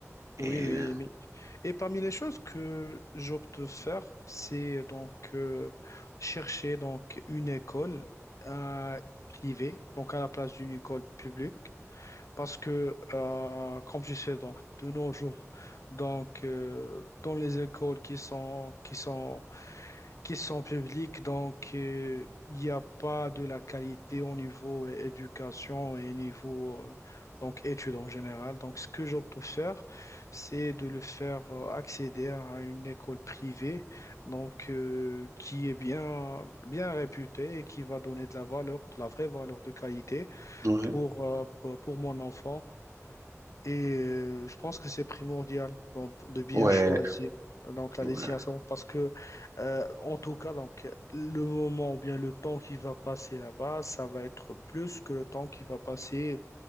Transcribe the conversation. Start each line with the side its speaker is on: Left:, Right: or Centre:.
Left: Oui,
Right: et
Left: oui,
Right: euh,
Left: oui. Et parmi les choses que j'opte de faire, c'est donc euh, chercher donc une école euh, privée, donc à la place d'une école publique, parce que euh, comme je sais donc de nos jours, donc euh, dans les écoles qui sont qui sont qui sont publics donc euh, il n'y a pas de la qualité au niveau é- éducation et niveau euh, donc études en général. Donc ce que j'opte pour faire, c'est de le faire euh, accéder à une école privée donc euh, qui est bien bien réputée et qui va donner de la valeur, de la vraie valeur de qualité
Right: Ouais.
Left: pour euh, pour, pour mon enfant et euh, je pense que c'est primordial donc, de bien
Right: ouais
Left: choisir donc la
Right: ouais,
Left: destination parce que euh, en tout cas donc le moment ou bien le temps qui va passer là-bas, ça va être plus que le temps qui va passer